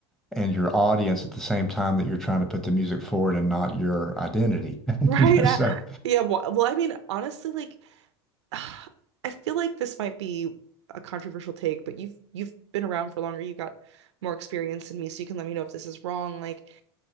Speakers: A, in the centre; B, on the right (about 90°).
A: and your audience at the same time that you're trying to put the music forward and not your identity. <laughs>
B: Right.
A: You know,
B: <laughs> I-
A: so
B: yeah. wh- Well, I mean, honestly, like <sighs> I feel like this might be a controversial take, but you've you've been around for longer, you've got more experience than me, so you can let me know if this is wrong. Like,